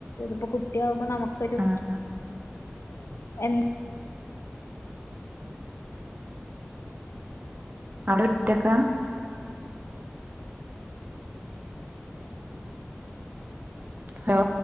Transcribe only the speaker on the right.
ആഹ്
അവിടെ ഒറ്റക്കാ ഹലോ